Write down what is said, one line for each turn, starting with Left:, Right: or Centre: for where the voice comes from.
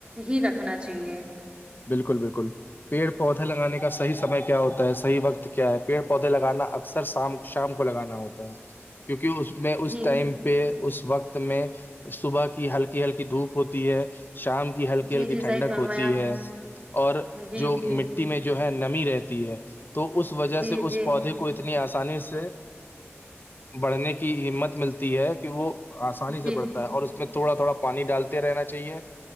Right: ہی رکھنا چاہیے
Left: بالکل بالکل پیڑ پودے لگانے کا صحی سمے کیا ہوتا ہے صحی وقت کیا ہے پیڑ پودے لگانا اکثر شام شام کو لگانا ہوتا ہے کیونکہ اس میں اس
Right: جی
Left: ٹائم پہ اس وقت میں صبح کی ہلکی ہلکی دھوپ ہوتی ہے شام کے کی ہلکی
Right: جی
Left: ہلکی
Right: جی صحیح
Left: ٹھڈک
Right: فرمایا
Left: ہوتی ہے اور
Right: جی
Left: جو
Right: جی
Left: مٹی میں جو ہے نمی رہتی ہے تو اس وجہ
Right: جی
Left: سے اس
Right: جی
Left: پودے کو اتنی آسانی سے بڑھنے کی ہمت ملتی ہے کہ وہ آسانی سے
Right: جی
Left: پڑتا ہے اور اس میں تھوڑا تھوڑا پانی ڈالتے رہنا چاہیے